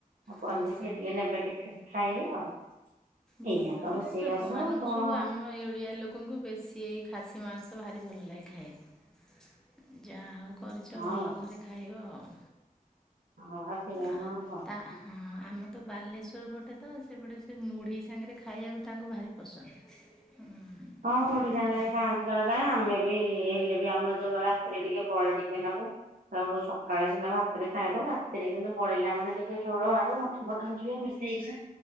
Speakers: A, on the right; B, in the centre.
A: ଆଉ କଲି
B: ହଁ
A: ସେ ଟିକେ ନେବେ ଟିକେ ଫର ଖାଇବେ ଆଉ।
B: ଭଲ
A: ଏଇଆ ତ ରୋଷେଇବାସ
B: ଏ ଲୋକମାନଙ୍କୁ
A: କଣ
B: ସବୁ ଆମ ଏଇ ଓଡିଆ ଲୋକଙ୍କୁ ବେଶୀ ଏଇ ଖାସିମାଂସ ବାହାରି ଭଲ ଲାଗେ ଖାଇବାକୁ। ଯାହା ହଉ କରିଚ
A: ହଁ
B: ଭଲ ଘରେ ଖାଇବ ଆଉ।
A: ହଁ ସେୟା
B: ଆ
A: ନୁହେଁ ଆଉ
B: ତା
A: କଣ।
B: ହଁ ଆମ ତ ବାଲେଶ୍ୱର ପଟେ ତ ସେପଟେ ସେ ମୁଢ଼ି ସାଙ୍ଗରେ ଖାଇବାକୁ ତାଙ୍କୁ ଭାରି ପସନ୍ଦ। ହୁଁ
A: ହଁ ମୁଁ
B: ତାପରେ
A: ମୁଢ଼ି ସାଙ୍ଗରେ ଖାଆନ୍ତି ଜଣେ ଜଣେ ଆମେ ବି ହେଲେ ବି ଆମର ଯଉଦିନ ରା ହେଲେ ଟିକେ ବଡ ଟିକେ ନବୁ। ଆଉ ସକାଳେ ସିନା ଭାତରେ ଖାଇଦେବୁ ରାତିରେ କିନ୍ତୁ ବଳିଲା ମାନେ ଟିକେ ଝୋଳ, ଆଡୁ, ମଟନଫଟନ ଟିକେ ମିଶ ହେଇକିନା